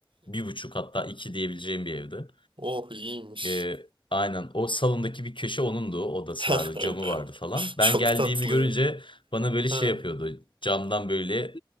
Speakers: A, on the left; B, on the right.
A: bir buçuk hatta 2 diyebileceğim bir evdi.
B: oh iyiymiş.
A: E, aynen o salondaki bir köşe onundu. O Odası
B: <laughs>
A: vardı, camı vardı falan. Ben
B: Çok
A: geldiğimi
B: tatlı.
A: görünce bana böyle şey
B: Ha,
A: yapıyordu. Camdan böyle